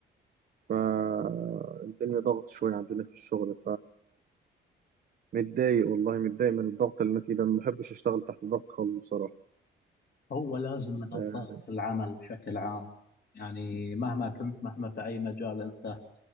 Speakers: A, on the right (about 45°); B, on the left (about 55°).
A: فالدنيا ضغط شويه عندنا في الشغل فمتضايق والله متضايق من الضغط اللي انا فيه ده ما بحبش اشتغل تحت الضغط خالص بصراحه
B: هو لازم من الضغط
A: أه
B: في العمل بشكل عام يعني مهما كنت مهما في أي مجال أنت